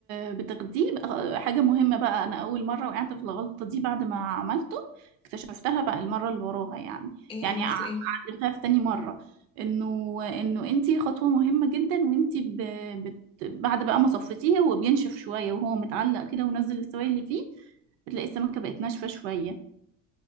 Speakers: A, on the right; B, on the left.
A: بتغذيه بقى- حاجة مهمة بقى أنا أول مرة وقعت في الغلطة دي بعد ما عملته اكتشفتها بقى المرة اللي وراها يعني
B: ايه
A: يعني
B: عملتي
A: ع-
B: ايه
A: عدلتها في تاني مرة إنه إنه أنتي خطوة مهمة جدا وأنتي ب... بت... بعد بقى ما صفيتيه هو بينشف شوية وهو متعلق كده ونزل السوائل اللي فيه بتلاقي السمكة بقت ناشفة شوية